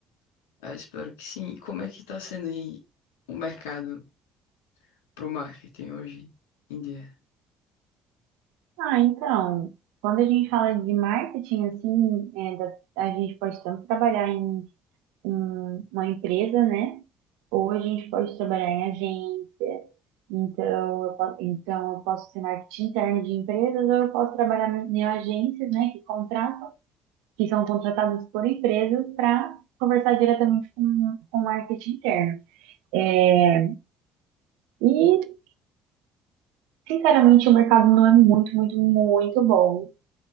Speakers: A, on the left; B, on the right.
A: eu espero que sim. E como é que tá sendo aí o mercado pro marketing hoje em dia?
B: Ah, então, quando a gente fala de marketing, assim, é, da- a gente pode tanto trabalhar em um- uma empresa, né? Ou a gente pode trabalhar em agência. Então eu posso, então eu posso ser marketing interno de empresas ou eu posso trabalhar em agências, né, que contratam, que são contratadas por empresas para conversar diretamente com, com o marketing interno. É, E, sinceramente, o mercado não é muito, muito, muito bom